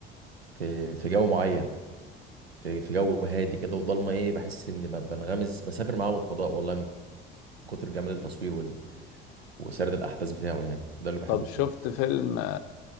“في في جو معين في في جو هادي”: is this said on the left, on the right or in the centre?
Right